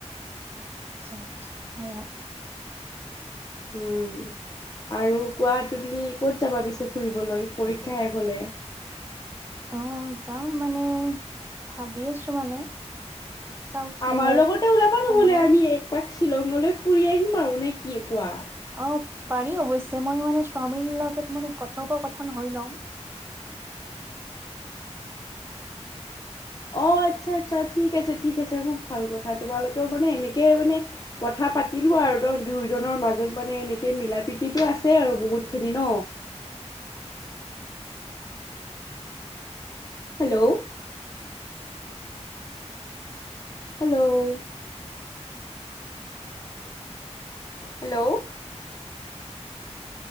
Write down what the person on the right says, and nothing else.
আচছা আচ্ছা হয় হয়।
অ যাম মানে ভাবি আছো মানে। চাও কি
হয়
সময়ত
অ পাৰি অৱশ্যে মই মানে স্বামীৰ লগত মানে কথোপকথন হৈ ল'ম।